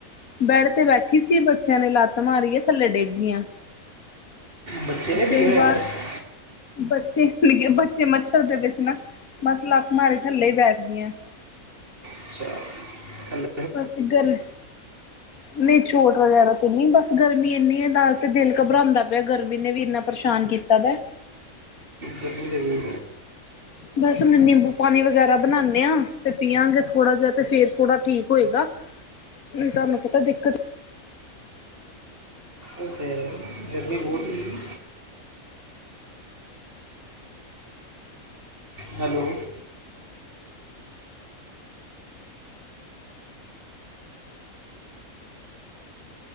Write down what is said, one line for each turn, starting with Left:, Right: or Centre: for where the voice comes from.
Left: ਬੈਡ ਤੇ ਬੈਠੀ ਸੀ ਬੱਚਿਆਂ ਨੇ ਲਾਤ ਮਾਰੀ ਆ ਥੱਲੇ ਡੇਗ ਗੀਆਂ।
Right: ਬੱਚੇ ਨੇ
Left: ਤੇ
Right: ਭੀਗੇ ਹੋਏ
Left: ਬਾ
Right: ਨੇ
Left: ਬੱਚੇ-ਬੱਚੇ ਮੱਛਰ ਦੇ ਪੇ ਸੀ ਨਾ ਬਸ ਲਾਤ ਮਾਰੀ ਥੱਲੇ ਈ ਬੈਠ ਗੀਆਂ।
Right: ਅੱਛਾ ਥੱਲ
Left: ਅੱਜ ਗਲ ਨਈ ਚੋਟ ਵਗੈਰਾ ਤਾਂ ਨੀ, ਬਸ ਗਰਮੀ ਇੰਨੀ ਐ ਦਸ ਤੇ ਦਿਲ ਘਬਰਾਉਂਦਾ ਪਿਆ ਗਰਮੀ ਨੇ ਵੀ ਇੰਨਾ ਪਰੇਸ਼ਾਨ ਕੀਤਾ ਦਾ।
Right: ਗਰਮੀ ਦੇ ਵੀ
Left: ਬਸ ਹੁਣ ਨਿੰਬੂ ਪਾਣੀ ਵਗੈਰਾ ਬਨਾਨੇ ਆਂ ਤੇ ਪੀਆਂਗੇ ਥੋੜ੍ਹਾ ਜਾ ਤੇ ਫਿਰ ਥੋੜ੍ਹਾ ਠੀਕ ਹੋਏਗਾ। ਤੁਹਾਨੂੰ ਪਤਾ ਦਿੱਕਤ
Right: ਓ ਤੇ ਐ ਗਰਮੀ ਬੋਤ ਹੀ ਹੈਲੋ।